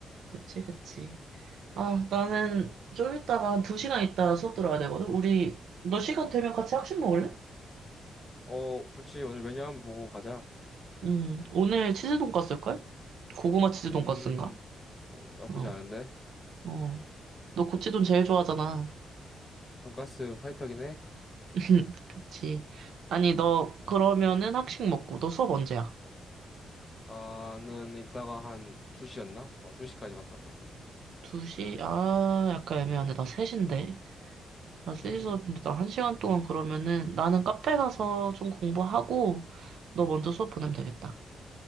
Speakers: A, on the right; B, on the left.
A: 그치, 그치. 아, 나는 좀 이따가 한 두 시간 있다가 수업 들어야 되거든? 우리, 너 시간 되면 같이 학식 먹을래?
B: 어, 솔직히 오늘 메뉴 한번 보고 가자.
A: 응. 오늘 치즈 돈까스일걸? 고구마 치즈 돈까스인가?
B: 음, 어, 나쁘지
A: 어,
B: 않은데.
A: 어. 너 고치돈 제일 좋아하잖아.
B: 돈가스 파이터긴 해.
A: <laughs> 그치. 아니, 너, 그러면은 학식 먹고, 너 수업 언제야?
B: 나는 이따가 한 2시였나? 어, 2시까지만 가면 될 거야.
A: 2시? 아, 약간 애매하네. 나 3시인데. 나 3시
B: 음,
A: 수업인데, 나 1시간 동안 그러면은, 나는 카페 가서 좀 공부하고, 너 먼저 수업 보내면 되겠다.